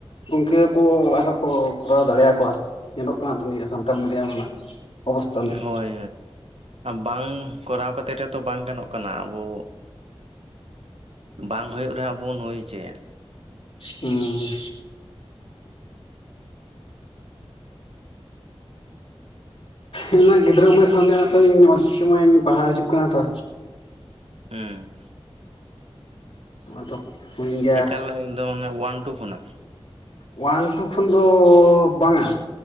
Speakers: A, on the left; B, on the right.
A: ᱜᱚᱢᱠᱮ ᱠᱚ ᱟᱨᱦᱚᱸ ᱠᱚ ᱠᱚᱨᱟᱣ ᱫᱟᱲᱮᱭᱟᱠᱚᱣᱟ ᱧᱮᱞᱚᱜ ᱠᱟᱱᱟ ᱛᱚ ᱱᱤᱭᱟᱹ ᱥᱟᱱᱛᱟᱲ ᱢᱤᱰᱤᱭᱟᱢ ᱨᱮᱱᱟᱜ ᱚᱵᱚᱥᱛᱟ ᱨᱮᱱᱟᱜ
B: ᱦᱳᱭ ᱵᱟᱝ ᱠᱚᱨᱟᱣ ᱠᱟᱛᱮ ᱨᱮᱦᱚ ᱛᱚ ᱵᱟᱝ ᱜᱟᱱᱚᱜ ᱠᱟᱱᱟ ᱟᱵᱚ ᱵᱟᱝ ᱦᱩᱭᱩᱜ ᱨᱮᱦᱚᱸ ᱟᱵᱚ ᱵᱚᱱ ᱦᱳᱭ ᱦᱚᱪᱚᱭᱟ᱾
A: ᱩᱸᱻ ᱤᱧᱢᱟ ᱜᱤᱫᱽᱨᱟᱹ ᱩᱢᱮᱨ ᱠᱷᱚᱱ ᱜᱮᱛᱩᱤᱧ ᱚᱞᱪᱤᱠᱤ ᱢᱟᱧ ᱯᱟᱲᱦᱟᱣ ᱦᱤᱡᱩᱜ ᱠᱟᱱᱟ ᱛᱚ,
B: ᱦᱩᱸ᱾
A: ᱟᱫᱚ ᱦᱩᱭᱮᱱ ᱜᱮᱭᱟ
B: ᱮᱠᱟᱞ ᱫᱚ ᱚᱣᱟᱱ ᱴᱩ ᱠᱷᱚᱱᱟᱜ?
A: ᱚᱣᱟᱱ ᱴᱩ ᱠᱷᱚᱱ ᱫᱚ ᱵᱟᱝᱟ